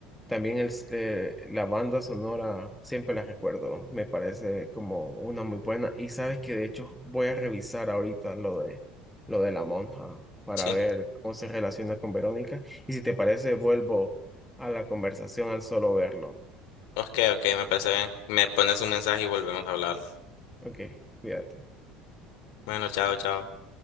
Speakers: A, in the centre; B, on the left.
A: también el, s- eh, la banda sonora siempre la recuerdo, me parece como una muy buena. Y sabes que de hecho voy a revisar ahorita lo de, lo de la monja para
B: sí.
A: ver cómo se relaciona con Verónica. Y si te parece, vuelvo a la conversación al solo verlo.
B: Ok, ok, me parece bien. Me pones un mensaje y volvemos a hablar.
A: Ok, cuídate.
B: Bueno, chao, chao.